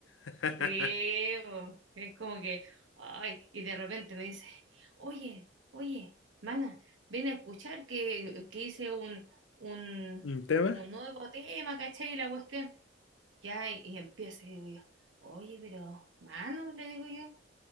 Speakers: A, on the left (about 80°); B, on the right (about 80°).
A: <laughs>
B: Sí, po, es como que, ay, y de repente me dice, oye, oye, mana, ven a escuchar que, que hice un, un,
A: ¿Un tema?
B: un nuevo tema, ¿cachai? Y la cuestión, ya, y, y empieza, y digo yo, oye, pero, mano, le digo yo,